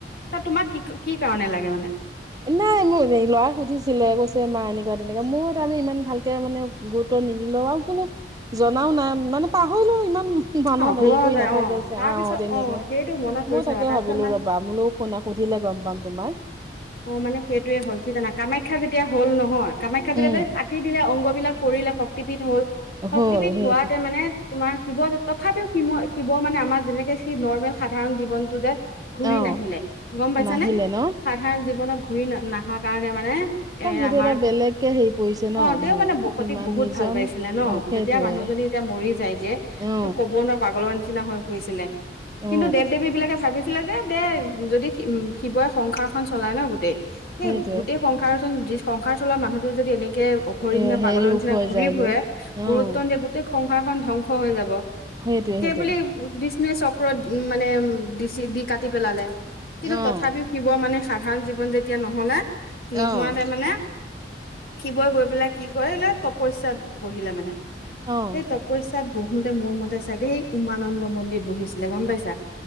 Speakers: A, on the left; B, on the right.
A: তাত তোমাক কি কি কাৰণে লাগে মানে?
B: নাই মোৰ ল'ৰাই সুধিছিলে কৈছে মা এনেকুৱা তেনেকা মোৰ এটা মানে ইমান ভালকে মানে গুৰুত্ব নিদিলেও আৰু কোনো জনাও নাই। মানে পাহৰিলোঁ ইমান মানাত
A: অ হোৱা
B: হেৰি কৰি
A: যায়
B: নাথাকে
A: অ
B: যে
A: তাৰ
B: আহ
A: পিছত
B: তেনেকে
A: অ সেইটো মনত পৰিছে
B: মই তাকে
A: ৰবা তাৰপিছত
B: ভাবিলো
A: মানে
B: ৰবা মোলৈও শুনা সুধি লে গম পাম তোমাৰ
A: অ মানে সেইটোৱেই হ'ল কি জানা কামাখ্যা যেতিয়া হল নহয় কামাখ্যা যেতিয়া
B: উম
A: কাটি দিলে অংগবিলাক পৰিলে শক্তিপীঠ হ'ল শক্তিপীঠ
B: হ'ল সেইটো
A: হোৱাতে মানে তোমাৰ শিৱতে তথাপিও কি মই শিৱ মানে আমাৰ যেনেকে সি নৰ্মেল সাধাৰণ জীৱনটো যে ঘূৰি
B: অ
A: নাহিলে গম পাইছানে
B: নাহিলে ন
A: সাধাৰণ জীৱনত ঘূৰি নাহা কাৰণে মানে
B: কাৰণ
A: এ
B: সেইটো
A: আমাৰ
B: এটা
A: কি
B: বেলেগকে হেৰি পৰিছে ন
A: অ তেওঁ
B: মূৰত
A: মানে সতিক
B: কিমান
A: বহুত
B: নিজন
A: ভাল পাইছিলে ন,
B: সেইটোৱে
A: যেতিয়া মানুহজন এতিয়া মৰি যায় গে
B: অ
A: তোক ক'ব নোৱাৰা পাগলৰ নিছ নিচিনা হৈ ফুৰিছিলে কিন্তু
B: অ
A: দেৱ-দেৱীবিলাকে ভাবিছিলে যে দে যদি উম শিৱই সংসাৰখন চলাই ন গোটেই সেই
B: সেইটোৱে
A: গোটেই সংসাৰ সংসাৰ চলোৱা মানুহটো যদি এনে কে অঘৰি
B: এ
A: নিচিনা
B: হেৰি
A: পাগলৰ নিচিনা
B: উফ হৈ
A: ঘূৰি
B: যায়গে
A: ফুৰে গুৰুত্ব
B: অ
A: নিদিয়ে গোটেই সংসাৰখন ধ্বংস হৈ যাব।
B: সেইটোৱে
A: সেই
B: সেইটোৱে
A: বুলি বিষ্ণুৱে চক্ৰত মানে দিচি দি কাটি পেলালে। কিন্তু
B: অ',
A: তথাপিও শিৱ মানে সাধাৰণ জীৱন যেতিয়া নহলা নোহোৱাতে
B: অ',
A: মানে শিৱই গৈ পেলাই কি কৰিলে তপস্যা বহিলে মানে
B: অ',
A: সেই তপস্যাত বহোতে মোৰ মতে চাগে এই উমানন্দ মন্দিৰত বহিছিলে গম পাইছা।